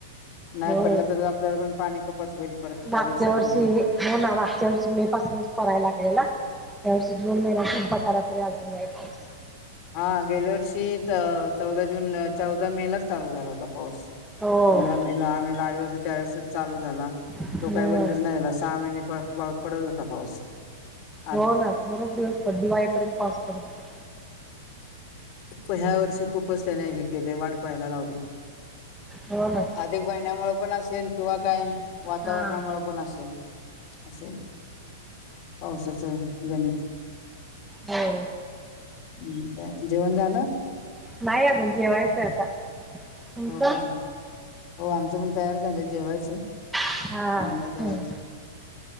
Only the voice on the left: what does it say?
नाही
पडलं तर आपल्याला पण पाणी कपात होईल परत काही
दिवसांनी
हा गेल्या वर्षी चौदा जूनला चौदा मे लाच चालू झाला होता पाऊस
पंधरा मे ला आम्ही गाडी असतू त्यावेेळेसच चालू झाला.
तो काय बंदच नाही आला सहा महिने पडत होता पाऊस आ
ह्या वर्षी खूपच त्याने हे केले वाट पाहायला लावली.
अधिक महिन्यामु पण असेल किंवा काय वातावरणामुळे
पण असेल. असे पावसाचं गणित
हम्म, जेवण झालं?
हो का हो आमचं पण तयार झालंय जेवायचं
म्हणलं तर